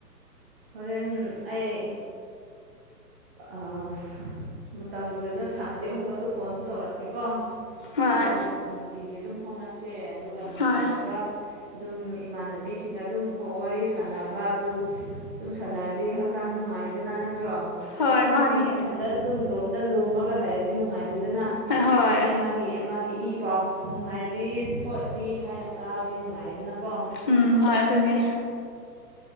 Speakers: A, in the centre; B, on the left.
A: ꯍꯣꯔꯦꯟ ꯑꯩ ꯑꯥ ꯃꯇꯝ ꯀꯔꯤꯅꯣ ꯁꯥꯡꯉꯗꯤ ꯑꯃꯨꯛꯀꯁꯨ ꯐꯣꯟꯁꯨ ꯇꯧꯔꯛꯀꯦꯀꯣ
B: ꯍꯣꯏ
A: ꯑꯗꯨꯝ ꯅꯨꯡꯇꯤꯒꯤ ꯑꯗꯨꯝ ꯐꯥꯎꯅꯁꯦ ꯑꯗꯨꯒ ꯅꯨꯡꯁꯤꯅꯕ
B: ꯍꯣꯏ
A: ꯑꯗꯨꯝ ꯏꯃꯥꯟꯅꯕꯤꯁꯤꯡꯒ ꯑꯗꯨꯝ ꯋꯥꯔꯤ ꯁꯥꯟꯅꯕ ꯑꯗꯨ ꯑꯗꯨꯝ ꯁꯥꯟꯅꯔꯗꯤꯗꯤ ꯍꯛꯆꯥꯡꯁꯦ ꯅꯨꯡꯉꯥꯏꯗꯅ ꯅꯠꯇ꯭ꯔꯣ
B: ꯍꯣꯏ
A: ꯑꯗꯨꯝ
B: ꯃꯥꯅꯦ
A: ꯏꯊꯟꯗ ꯑꯗꯨꯝ ꯔꯣꯝꯗ ꯂꯨꯝꯃꯒ ꯂꯩꯔꯗꯤ ꯅꯨꯡꯉꯥꯏꯇꯦꯗꯅ
B: ꯍꯣꯏ
A: ꯃꯤ ꯑꯃꯒꯤ ꯑꯃꯒꯤ ꯏ ꯄꯥꯎ ꯅꯨꯡꯉꯥꯏꯔꯤ ꯈꯣꯠꯂꯤ ꯍꯥꯏꯅ ꯇꯥꯔꯗꯤ ꯅꯨꯡꯉꯥꯏꯗꯅꯀꯣ
B: ꯎꯝ ꯍꯣꯏ ꯑꯗꯨꯅꯦ